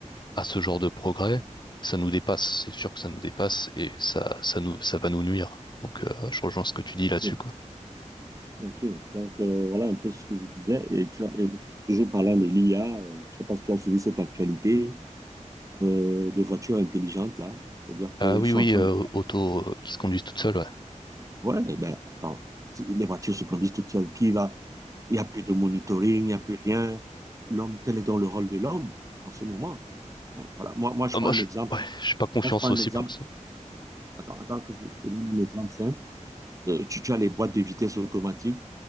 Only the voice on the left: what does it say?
à ce genre de progrès, ça nous dépasse. C'est sûr que ça nous dépasse et ça, ça nous, ça va nous nuire. Donc, euh, je rejoins ce que tu dis là-dessus,
quoi.
Ah oui,
oui,
euh,
auto euh, qui se conduisent toutes seules, ouais.
Ah,
moi,
je,
ouais, j'ai pas confiance
aussi
pour l'instant.